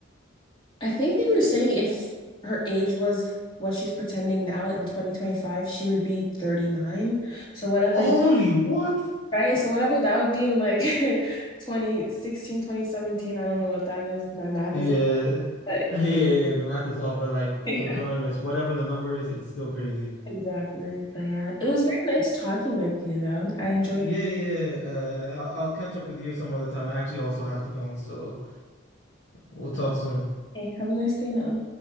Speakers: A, on the left; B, on the left.
A: I think they were saying if her age was what she's pretending now in 2025, she would be 39. So whatever
B: Holy what?
A: Right? So whatever that would be in like <laughs> 2016, 2017. I don't know what that is. My math
B: Yeah.
A: is,
B: <laughs>
A: but
B: Yeah, yeah, the math is off, but like
A: <laughs> yeah,
B: regardless, whatever the number is, it's still crazy.
A: exactly. But yeah, it was very nice talking with you though. I enjoyed.
B: Yeah, yeah. yeah, Uh, I'll, I'll catch up with you some other time. I actually also have to bounce, so we'll talk soon.
A: Okay, have a nice day now.